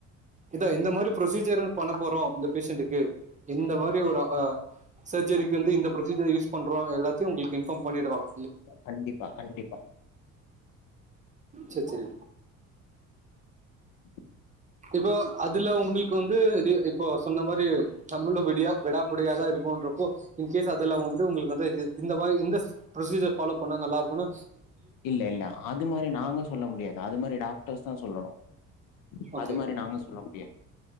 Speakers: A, on the right; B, on the left.
A: இதா இந்த மாரி ப்ரொசீஜர் பண்ண போறோ இந்த பேஷண்டக்கு இந்த
B: ம்
A: மாரி
B: ஆமா
A: ஒரு அ சர்ஜரிக்கு வந்து இந்த ப்ரொசீஜர் யூஸ் பண்றோ எல்லாத்தையு உங்களுக்கு இன்ஃபார்ம் பண்ணிடுவாங்க
B: கண்டிப்பா கண்டிப்பா
A: செர் செரி
B: <inaudible>
A: இப்போ அதுல உங்களுக்கு வந்து இது இப்போ சொன்ன மாரி நம்மளு வெடியா விடாபடியாதா இருப்போன்றப்போ இன்கேஸ் அதுல வந்து உங்களுக் வந்து இ இந்த மாரி இந்தஸ் புரொசீஜர் ஃபாலோ பண்ணா நல்லா இருக்குனு
B: இல்ல இல்ல அது மாரி நாங்க சொல்ல முடியாது அது மாரி டாக்டர்ஸ் தா சொல்லணு
A: ஓகே
B: அது மாரி நாங்க சொல்ல முடியாது